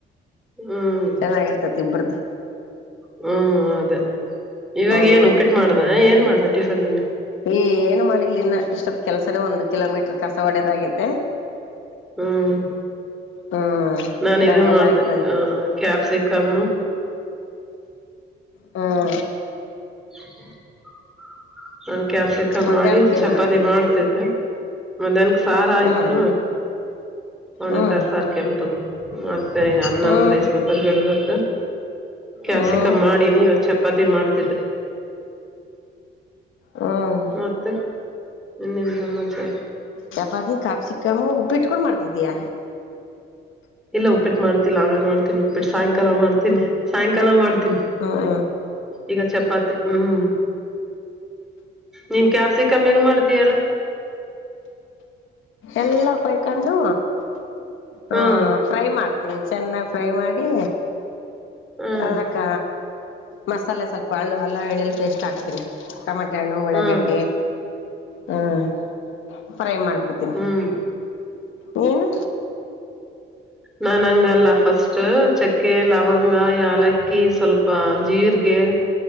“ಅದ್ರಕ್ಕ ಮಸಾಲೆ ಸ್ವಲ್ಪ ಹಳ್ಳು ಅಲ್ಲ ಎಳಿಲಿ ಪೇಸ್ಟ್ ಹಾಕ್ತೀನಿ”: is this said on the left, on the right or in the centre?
Left